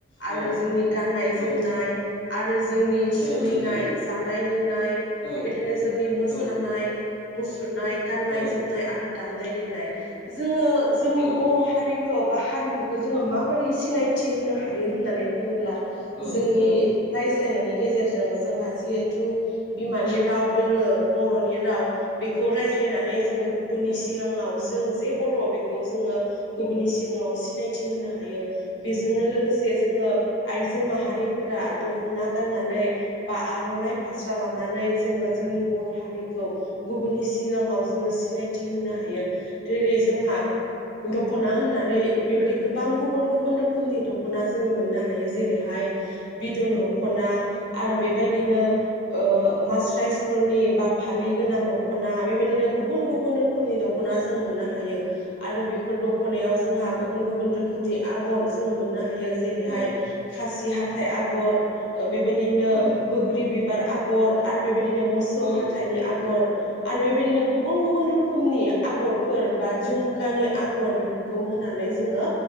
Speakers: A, on the left; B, on the left.
A: आरो
B: औ
A: जोंनि गाननाय जोमनाय
B: औ
A: आरो जोंनि सोलिनाय
B: औ नंगौ
A: जानाय लोंनाय
B: औ
A: बेबायदिनो जोंनि मोसानाय
B: औ
A: मुस। गुरनाय गाननाय
B: औ
A: जोमनाय आरो दामनाय देनाय जोङो जोंनि
B: औ
A: बर' हारि खौ बा हारिमुखौ जोङो माबोरै सिनायथि होनो हायो होननानै बुङोब्ला
B: औ औ
A: जोंनि
B: औ
A: हायस स्लायनायनि गेजेरजों जोंहा जिहे तु बिमानि राव जोङो बर'नि राव बेखौ रायज्लायनानै जोङो गुब
B: औ
A: सिगाङाव जों जे बर' बे खौ जोङो गुबुननि सि सिगाङाव सिनायथि होनो हायो बि जोंनो लोगोसे जोङो आइज जो माहारिफोरा दख'ना गाननानै बा आर'नाइ फास्रा लानानै जोङो जोंनि बर' हारिखौ गुबुननि सि सिगाङाव जोङो सिनाय होनो हायो जेरै जों हा दख'ना होननानै बेबायदि गोबां गुबुन गुबुन रोखनि दख'ना जोङो मोननो हायो जेरैहाय बिदुन दख'ना आरो बे बादिनो ओ मास्रा प्राइजफोरनि बा फालि गोनां दख'ना बेबायदिनो गुबुन गुबुन फोर निदख'ना जों मोननो हायो आरो बेफोर फोर दख'नायाव जोंहा गुबुन गुबुन रोखोमनि आगर जो मोननो हायो हायो जेरैहाय
B: औ
A: खासि हा थाय आगर ओ बेबायदिनो
B: औ औ
A: बोग्रि बिबार आगर आरो बेबायदि बिदिनो मोसौ
B: औ
A: हाथाइनि आगर आरो बेबायदिनो गुबुन गुबुन रोखो नि आगरफोर बा झुमकानि आगर बेफोरखौ खौ होनानै जोङो